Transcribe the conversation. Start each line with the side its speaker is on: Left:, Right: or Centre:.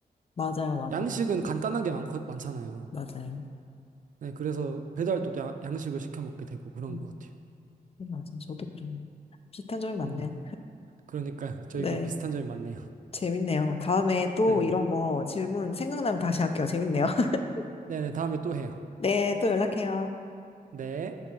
Left: 맞아요, 맞아요,
Right: 양식은 간단한 게 많, 많잖아요.
Left: 맞아요.
Right: 네, 그래서 배달도 야- 양식을 시켜 먹게 되고 그런
Left: 음,
Right: 것 같아요.
Left: 맞아요. 저도 그런 비슷한 점이 많네요.
Right: 음, 그러니까 저희가
Left: 네,
Right: 비슷한 점이 많네요. <laughs>
Left: 재밌네요. 다음에 또
Right: 네,
Left: 이런 거 질문 생각나면 다시 할게요. 재밌네요. <laughs>
Right: 네, 네, 다음에 또 해요.
Left: 네, 또 연락해요.
Right: 네.